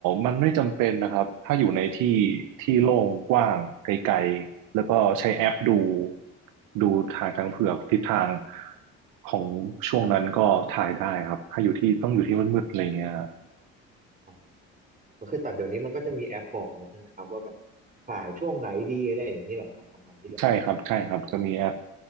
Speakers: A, on the right; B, on the right.
A: มันไม่จำเป็นนะครับถ้าอยู่ในที่ที่โล่งกว้างไกลๆแล้วก็ใช้แอปดูดูทางช้างเผือกทิศทางของช่วงนั้นก็ถ่ายได้ครับถ้าอยู่ที่ต้องอยู่ที่มืดๆอะไรเงี้ย
B: อ๋อมัคือแต่เดี๋ยวนี้มันก็จะมีแอปบอกเลยใช่ไหมครับว่าแบบถ่ายช่วงไหนดีอะไรอย่างนี้เหรอครับประมาณนี้เหรอ
A: ใช่ครับใช่ครับจะมีแอป